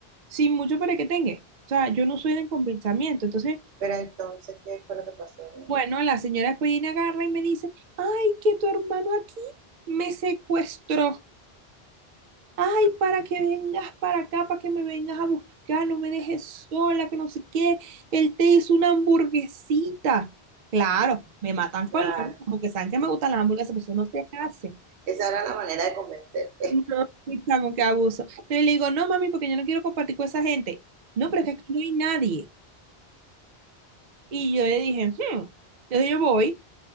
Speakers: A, on the right; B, on the right.
A: sin mucho para que tenga. O sea, yo no soy de convencimiento. Entonces,
B: Pero entonces, ¿qué fue lo que pasó en
A: bueno,
B: el...
A: la señora después viene, agarra y me dice, ay, que tu hermano aquí me secuestró. Ay, para que vengas para acá, para que me vengas a buscar, no me dejes sola, que no sé qué. Él te hizo una hamburguesita. Claro,
B: Mm-hmm.
A: me matan con
B: Claro.
A: la boca, porque saben que me gustan las hamburguesas, pero eso no se hace.
B: Esa era la manera de convencer.
A: No, pizza con qué abuso. Entonces le digo, no, mami, porque yo no quiero compartir con esa gente. No, pero es que aquí no hay nadie. Y yo le dije, hmm. Entonces yo voy,